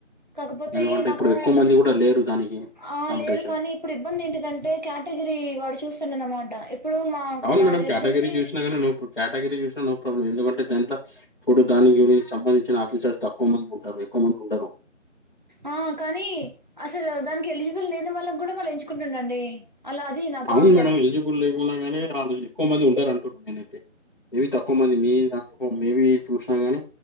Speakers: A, on the right (about 35°); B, on the left (about 40°).
A: కాకపోతే
B: ఎందుకంటే
A: నాకు
B: ఇప్పుడు ఎక్కువ మంది గూడా లేరు దానికి
A: ఆ
B: కాంపిటీషన్.
A: లేరు కానీ ఇప్పుడు ఇబ్బంది ఏంటిదంటే కేటగిరీ వాడు చూస్తుండ అనమాట ఇప్పుడు మా
B: అవును
A: నాది
B: మేడం
A: వచ్చేసి
B: కేటగిరీ చూసినా కానీ నో కేటగిరీ చూసినాో ప్రబ్ం ఎందుకంటే దాంట్లో ఇప్పుడు దానికి సంబంధించిన ఆఫీసర్ తక్కువ మంది ఉంటారు ఎక్కువ మంది ఉంటారు
A: ఆ కానీ అసలు దానికి ఎలిజిబుల్ లేని వాళ్ళం కూడా మళ్ళ ఎంచుకుంటుండండి అలా అధీ నా
B: అవును
A: ప్రాబ్లం
B: మేడం ఎలిజిబుల్ లేకున్నా కానీ వాళ్ళ ఎక్కువ మంది ఉండారంటడి న్నా అయితే ఏవి తక్కువ మంది మీ దాంట్ మేబి చూసినా గాని